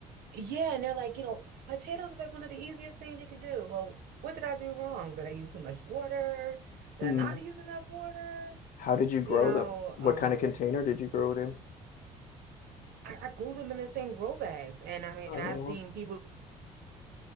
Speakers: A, on the right (about 65°); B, on the left (about 55°).
A: Yeah, and they're like, you know, potatoes is like one of the easiest things you can do. Well, what did I do wrong? Did I use too much water? Did
B: Mm.
A: I not use enough water?
B: How did you grow
A: You know,
B: them? What
A: um,
B: kind of container did you grow it in?
A: I, I grew them in the same grow bags, and I mean,
B: Oh,
A: I've seen people,